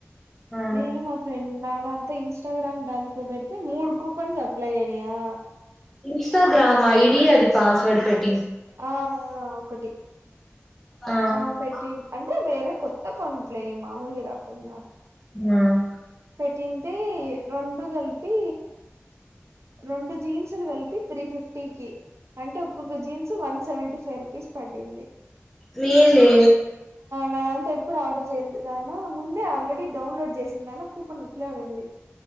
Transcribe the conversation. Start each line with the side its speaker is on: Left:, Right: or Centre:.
Centre: ఆ
Right: నేను మా ఫ్రెండ్ నాదాం. ఇన్స్టాగ్రామ్ దాంలో పెడితే మూడు కూపన్స్ అప్లై అయనాయా.
Centre: ఇన్స్టాగ్రామా ఈడి అది పాస్వర్డ్ పెట్.
Right: ఆహ్ ఒకటి
Centre: ఆ ఆ
Right: ఆహ్ పెట్టి అంటే వేరే. కొత్త అకౌంట్లే మామూలుది కాకుండా.
Centre: ఉమ్.
Right: పెట్టింటే రెండు కలిపి రెండు జీన్సులు కలిపి. త్రీ ఫిఫ్టీ కి అంటే ఒక్కొక్క jeans one seventy five rupees పడింది.
Centre: మేలే.
Right: నా అంతా ఎప్పుడు ఆర్డర్ చేయంది ముందే ఆల్రెడీ డౌన్లోడ్ చేసిందాకు కూపెన్ అట్లే ఉండింది.